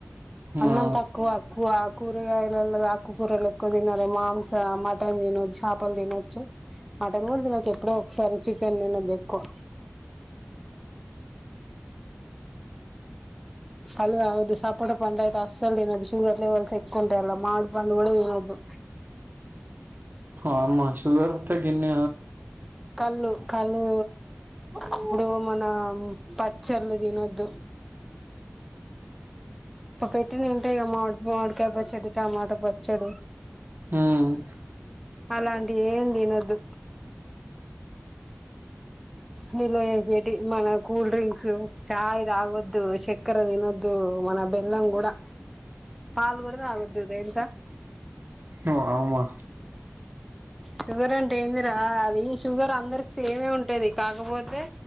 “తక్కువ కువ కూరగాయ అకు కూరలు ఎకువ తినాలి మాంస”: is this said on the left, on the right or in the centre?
Centre